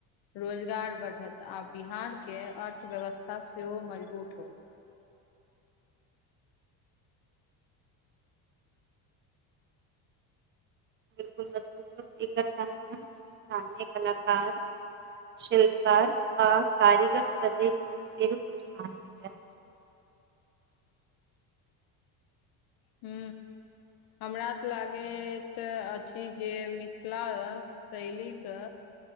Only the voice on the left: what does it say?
रोजगार बढ़त आ बिहार के अर्थव्यव्स्था से हो मजबूत होतऽ
हू हमरा तऽ लागैत अछि जे मिथिला शैलीके